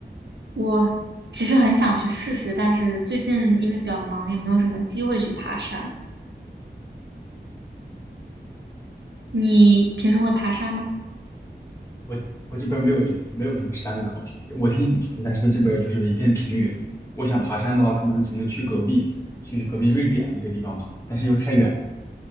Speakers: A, on the right; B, on the left.
A: 我其实很想去试试，但是最近因为比较忙，也没有什么机会去爬山。你平时会爬山吗？
B: 我我这边没有没有什么山可爬，我挺想爬的，但是这边就是一片平原。我想爬山的话，可能只能去隔壁，去隔壁瑞典这些地方爬，但是又太远。